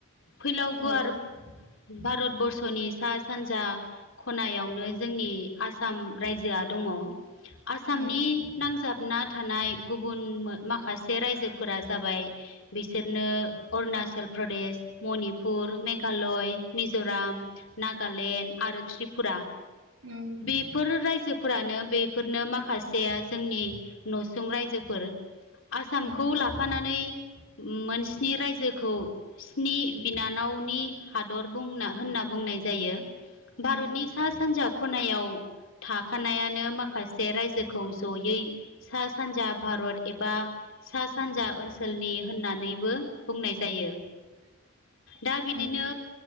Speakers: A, on the left; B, on the right.
A: फैलाव गुवार
B: औ
A: भारतबर्स नि सा सानजा खनायावनो जोंनि आसाम रायजोआ दङ। आसामनि
B: उम
A: नांजाब ना थानाय गुबुन माखासे रायजोफोरा जाबाय बिसोरनो अरुना- -चल प्रदेश, मणिपुर, मेघालय, मिजराम, नागालेण्ड आरो त्रि -पुरा
B: उम
A: बेफोर रायजोफोरानो बेफोरनो माखासेया जोंनि नसुं रायजोफोर आसामखौ
B: उम
A: लाफानानै मोनस्नि रायजो खौ स्नि बिनानावनि हादर बुंना होनना बुंनाय जायो।
B: उम
A: भारतनि सा - सानजा खनायाव थाखानायानो माखासे रायजोखौ जयै सा सानजा भारत एबा सा सानजा ओनसोलनि होननानैबो बुंनाय जायो।
B: <inaudible>
A: दा बिदिनो
B: उम